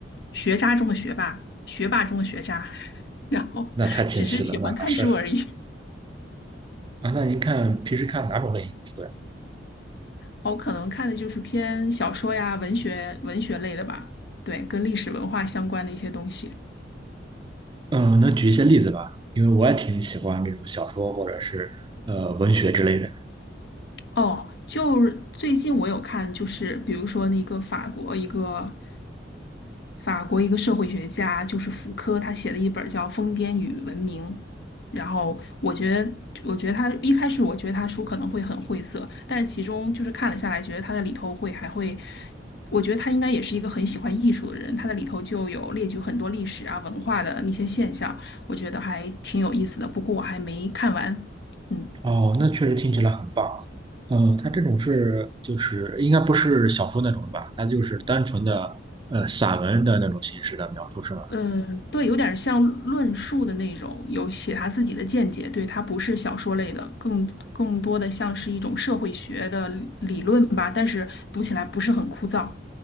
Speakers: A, on the left; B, on the right.
A: 学渣中的学霸，学霸中的学渣，<laughs> 然后只是喜欢看书而已。
B: 那太谦虚了，那还是啊。那您看平时看哪种类型的书呀？
A: 我可能看的就是偏小说呀、文学、文学类的吧，对，跟历史文化相关的一些东西。
B: 嗯，能举一些例子吧？因为我也挺喜欢这种小说或者是呃文学之类的。
A: 哦，就是最近我有看，就是比如说那个法国一个法国一个社会学家，就是福柯，他写了一本叫《疯癫与文明》。然后我觉得，我觉得他一开始我觉得他书可能会很晦涩，但是其中就是看了下来，觉得他在里头会还会，我觉得他应该也是一个很喜欢艺术的人，他在里头就有列举很多历史啊、文化的那些现象，我觉得还挺有意思的。不过我还没看完，嗯。
B: 哦，那确实听起来很棒。呃，它这种是就是应该不是小说那种吧？它就是单纯的呃散文的那种形式的描述，是吗？
A: 嗯，对，有点像论述的那种，有写他自己的见解，对，它不是小说类的，更更多的像是一种社会学的理论吧，但是读起来不是很枯燥。